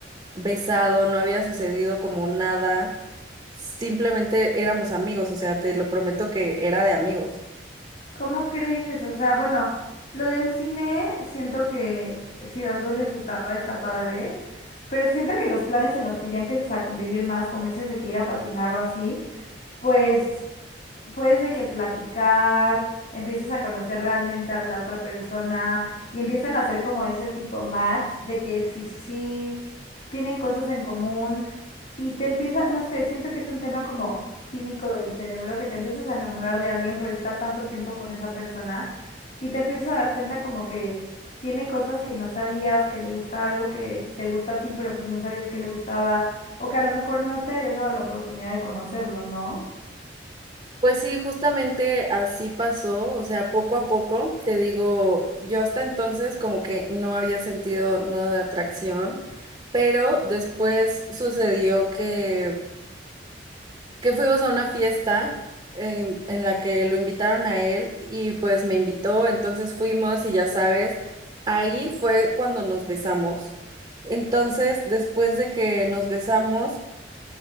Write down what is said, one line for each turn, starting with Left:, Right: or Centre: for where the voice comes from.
Right: besado, no había sucedido como nada, simplemente éramos amigos, o sea, te lo prometo que era de amigos.
Left: ¿Cómo crees? O sea, bueno, lo del cine, siento que si a los dos les gustaba está padre, pero siento que los planes en los que ya empiezas a convivir más, como dices, de que ir a patinar o así, pues puedes de que platicar, empieces a conocer realmente a la otra persona y empiezan a hacer como ese tipo match de que sí, sí, tienen cosas en común y te empieza, no sé, siento que es un tema como químico del cerebro, que te empiezas a enamorar de alguien por estar tanto tiempo con esa persona y te empiezas a dar cuenta como que tiene cosas que no sabías, que le gusta algo que te gusta a ti, pero pues no sabías que le gustaba. O que a lo mejor no te habías dado la oportunidad de conocerlo, ¿no?
Right: Pues sí, justamente así pasó, o sea, poco a poco, te digo, yo hasta entonces como que no había sentido nada de atracción, pero después sucedió que... que fuimos a una fiesta en, en la que lo invitaron a él y pues me invitó, entonces fuimos y ya sabes, ahí fue cuando nos besamos. Entonces, después de que nos besamos,